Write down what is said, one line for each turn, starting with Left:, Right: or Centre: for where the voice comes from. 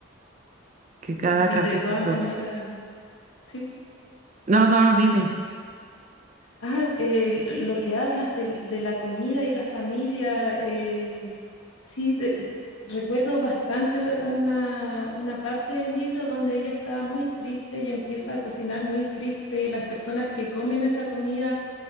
Right: que cada
Left: Sí,
Right: capítulo
Left: de todas maneras, sí.
Right: No, no, no, dime.
Left: Ah, eh, lo que hablas de, de la comida y la familia, eh, sí, de- recuerdo bastante una, una parte del libro donde ella estaba muy triste y empieza a cocinar muy triste y las personas que comen esa comida